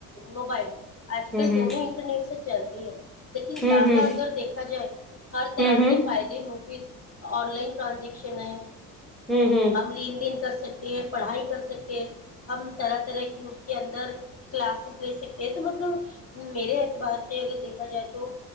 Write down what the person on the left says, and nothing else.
موبائل آج
کل دونوں انٹرنیٹ سے چلتے ہیں <inaudible> لیکن
زیادہ
اگر دیکھا جائے ہر طرح
سے فائدے مفید آن لائن ٹرانزیکشن ہے
ہم لین دن کر سکتے ہیں پڑھائی کر سکتے ہیں ہم طرح طرح کی اس کے اندر کلاسز لے سکتے ہیں تو مطلب میرے اعتبار سے اگر دیکھا جائے تو